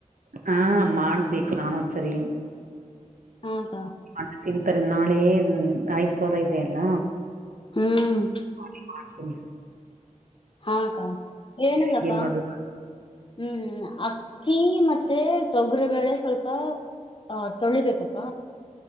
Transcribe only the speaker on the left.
ಹಾಕ್ಕ
ಹ್ಮ್
ಹಾ ಅಕ್ಕ ಏನಿಲ್ಲ
ಅಕ್ಕ
ಹ್ಮ್ ಅಕ್ಕಿ ಮತ್ತೆ ತೊಗರಿಬೇಳೆ ಸ್ವಲ್ಪ ಹ ತೊಳಿಬೇಕ ಅಕ್ಕ